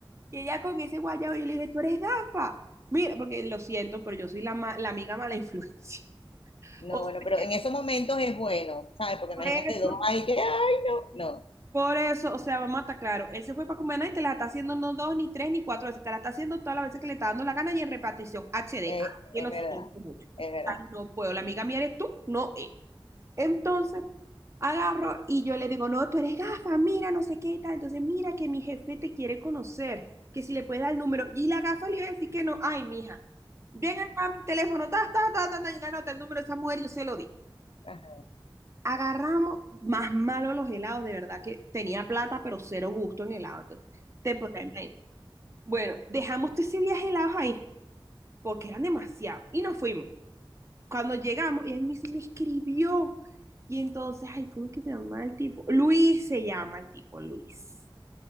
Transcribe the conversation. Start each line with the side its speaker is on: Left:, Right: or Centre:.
Right: y ella con ese guayabo, yo le dije, tú eres gafa. Mira, porque lo siento, pero yo soy la, ma- la amiga mala influencia. <laughs>
Left: No,
Right: O
Left: bueno, pero
Right: sea,
Left: en esos momentos es bueno, ¿sabes? Porque
Right: por
Left: imagínate
Right: eso
Left: dos ahí que, ay, no, no,
Right: Por eso, o sea, vamos a estar claro, él se fue para Cumaná y te la está haciendo no dos, ni tres, ni cuatro veces, te la está haciendo todas las veces que le está dando la gana y en repartición HD.
Left: es,
Right: Ah, yo
Left: es
Right: lo
Left: verdad,
Right: siento mucho.
Left: es verdad.
Right: Ah, no puedo, la amiga mía eres tú, no él. Entonces, agarro y yo le digo, no, tú eres gafa, mira, no sé qué y tal. Entonces, mira que mi jefe te quiere conocer, que si le puedes dar el número. Y la gafa le iba a decir que no, ay, mija, ven acá a mi teléfono, ta, ta, ta, ta, ta, y le anota el número de esa mujer, yo se lo di.
Left: Ajá,
Right: Agarramos más malo los helados, de verdad que tenía plata, pero cero gusto en helado. Entonces, te podrás imaginar. Bueno, dejamos todos esos viaje helados ahí, porque eran demasiados, y nos fuimos. Cuando llegamos, y él me, dice, me escribió, y entonces, ay, ¿cómo es que se llama el tipo? Luis se llama el tipo, Luis.